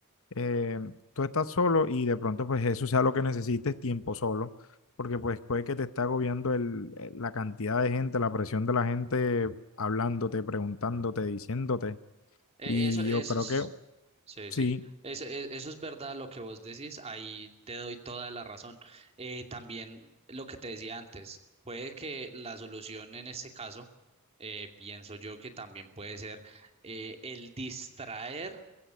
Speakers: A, on the left; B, on the right.
A: eh, tú estás solo y de pronto pues eso sea lo que necesites, tiempo solo, porque pues puede que te esté agobiando el, el- la cantidad de gente, la presión de la gente hablándote, preguntándote, diciéndote,
B: Eh,
A: y
B: eso, eso
A: yo creo
B: es,
A: que
B: sí,
A: sí,
B: sí. Eso, e- eso es verdad lo que vos decís. Ahí te doy toda la razón. Eh, también lo que te decía antes, puede que la solución en este caso, eh, pienso yo que también puede ser eh, el distraer.